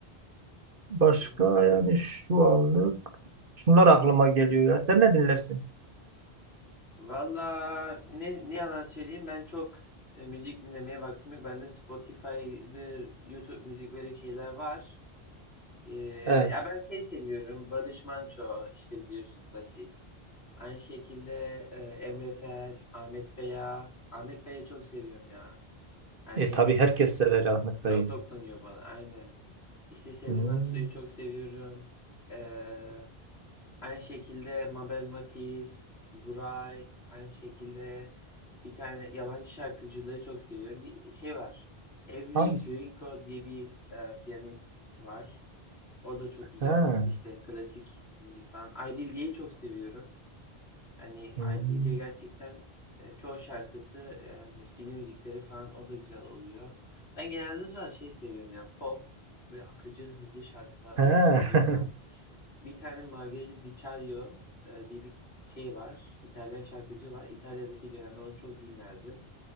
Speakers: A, on the right; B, on the left.
A: başka
B: Hı hı.
A: yani şu anlık şunlar aklıma geliyor ya. Sen ne dinlersin?
B: Valla ne, ne yalan söyleyeyim ben çok e, müzik dinlemeye vaktim yok. Bende Spotify'dır, YouTube müzik böyle şeyler var. Ee,
A: Evet.
B: ya ben şey seviyorum. Barış Manço işte biliyorsun klasik. Aynı şekilde e, Emre Fel, Ahmet Kaya. Ahmet Kaya'yı çok seviyorum ya. Hani
A: E tabii herkes sever Ahmet Kaya'yı.
B: çok dokunuyor bana aynen. İşte Sezen
A: Hmm.
B: Aksu'yu çok seviyorum. Ee, aynı şekilde Mabel Matiz, Buray. Aynı şekilde bir tane yabancı şarkıcıları çok seviyorum. Bir şey var. Avery
A: Hangisi?
B: Grinko diye bir e, piyanist var. O da çok güzel.
A: Ha.
B: İşte klasik müzik falan. Aydilge'yi çok seviyorum. Hani
A: Hmm.
B: Aydilge gerçekten e, çoğu şarkısı e, film müzikleri falan o da güzel oluyor. Ben genelde zaten şey seviyorum ya pop böyle akıcı hızlı şarkılar olursa
A: Ha. <laughs>
B: o da güzel. Bir tane Margherita Vicario e, diye bir şey var. İtalyan şarkıcı var. İtalya'daki dönemde onu çok dinlerdim.